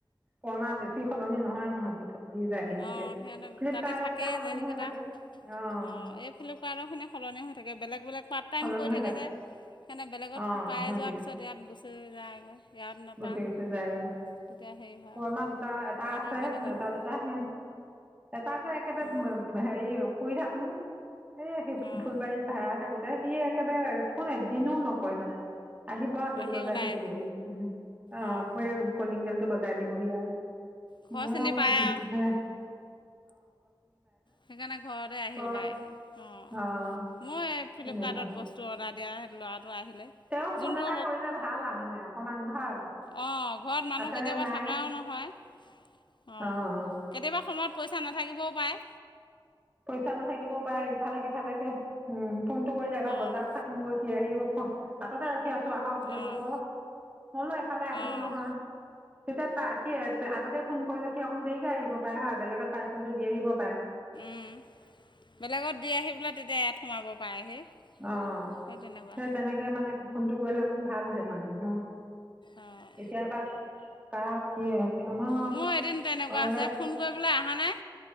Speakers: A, on the right; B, on the left.
A: পুৰণা বেছি সলনি নহয় সিহঁতি। <unintelligible> যায়হি তেতিয়া
B: অঁ সিহঁতে
A: ফ্লিপকাৰ্টৰ
B: তাতে থাকেই
A: কেইটা সলনি
B: যে সেইকেইটা
A: হৈ থাকে অ',।
B: অঁ এই ফ্লিপকাৰ্টৰখিনি সলনি হৈ থাকে, বেলেগ বেলেগ পাৰ্ট টাইম
A: সলনি
B: কৰি
A: হৈ
B: থাকে যে সেইকাৰণে বেলেগত
A: অ
B: পাই
A: সিহঁতি
B: যোৱাৰ পিছত ইয়াত গুচি যায়গৈ। ইয়াত নাপায়
A: গুচি গুচি যায়গৈ,
B: তেতিয়া হেৰি হয়
A: পুৰণা
B: আৰু
A: দুটা এটা
B: আকৌ
A: আছে
B: বেলেগ আহে
A: এটা দুটা সিহঁতি এটা যে একেবাৰে
B: উম,
A: ম ব হেৰি শুই থাকোঁ এই সেই
B: অঁ
A: ফুলবাৰীত ভাড়া থাকো তে সি একেবাৰে ফোন এদিনো নকৰে মানে, আহিব বেল
B: আহি
A: বজাই
B: ওলাই
A: থাকিবহি
B: আহি
A: উহ। অ',
B: অঁ
A: প কলিং বেলটো বজাই দিবহি আৰ,
B: ঘৰ
A: মোৰ
B: চিনি
A: উ
B: পায় আৰু
A: হে
B: সেইকাৰণে ঘৰতে আহি
A: ক
B: ওলাই আহি অ',
A: অঁ
B: ময়ে ফ্লিপকাৰ্টত
A: তেনেকুৱা
B: বস্তু অৰ্ডাৰ দিয়া ল'ৰাটো আহিলে।
A: তেওঁ
B: যোনটো
A: ফোন এটা কৰিলে ভাল আৰু মানে অকমান হয়।
B: অ', ঘৰত মানুহ
A: আছেনে
B: কেতিয়াবা
A: নাই
B: থাকাও নহয়। অ',
A: অঁ অঁ
B: কেতিয়াবা সময়ত পইচা নাথাকিবও পায়।
A: পইচা নাথাকিবও পাৰে, ইফালে সিফালেকে উম ফোনটো কৰিলে এবাৰ
B: অঁ
A: বজাৰত থাকোগৈ সি আহিব বাটতে ৰখি আছোঁ, আহক বুলি
B: অঁ
A: ক'ব মই বোলো এফালে আহিলো
B: অঁ
A: নহয়। তেতিয়া তা সি আগতে ফোন কৰিলে সি অকণ দেৰিকে আহিব পাৰে হয়, বেলেগত পাৰ্চেলটো দি আহিব পাৰ
B: উম, বেলেগত দি আহি বোলে তেতিয়া ইয়াত সোমাব পাৰেহি।
A: অ',
B: সেই তেনেকুৱা
A: সেই তেনেকে মানে ফোনটো কৰিলে অকণ ভাল হয়, মানে মোৰ।
B: অঁ
A: এতিয়া বা কাৰ, কি আমাৰ
B: মোৰ এদিন তেনেকুৱা
A: অৰ্ডাৰ
B: হৈছে, ফোন কৰিবলৈ আহা নাই।